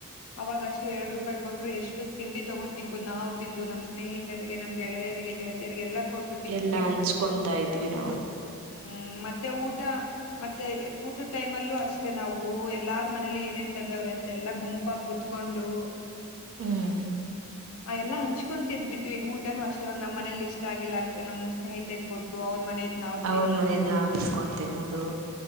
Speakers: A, on the left; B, on the right.
A: ಅವಾಗ ಅಷ್ಟೇ ಎರಡು ರೂಪಾಯಿ ಕೊಟ್ಟರು ಎಷ್ಟು ತಿಂಡಿ ತಗೊಂಡ್ ತಿನ್ಬಹದು ನಾವ್ ತಿಂದು ನಮ್ ಸ್ನೇಹಿತರಿಗೆ ನಮ್ ಗೆಳೆಯರಿಗೆ ಗೆಳತಿ ಯಾರ್ಗೆಲ್ಲ ಕೊಟ್
B: ಎಲ್ಲಾ ಹಂಚ್ಕೊಂತಾ ಇದ್ವಿ ನಾವು
A: ಹ್ಮ್ ಮತ್ತೆ ಊಟ ಮತ್ತೆ ಊಟುದ್ ಟೈಮ್ ಅಲ್ಲೂ ಅಷ್ಟೇ ನಾವು ಎಲ್ಲ ಅವ್ರ ಮನೇಲಿ ಏನೇನ್ ತಂದವ್ ಅಂತ ಎಲ್ಲಾ ಗುಂಪಾಗಿ ಕುತ್ಕೊಂಡು.
B: ಹ್ಮ್
A: ನಾವೆಲ್ಲ ಹಂಚ್ಕೊಂಡುಂತಿಂದ್ವಿವಿ ಊಟನೂ ಅಷ್ಟೇ ಇವಗ್ ನಮ್ಮ ಮನೇಲಿ ಇಷ್ಟ ಆಗಿಲ್ಲ ಅಂದ್ರೆ ನಮ್ ಸ್ನೇಹಿತೆ ಕೊಟ್ಟು ಅವ್ರ ಮನೆದ್ ನಾವ್
B: ಅವ್ರ
A: ತಿಂದು
B: ಮನೆದ್ ನಾವ್ ಇಸ್ಕೊಂಡ್ ತಿನ್ನೋದು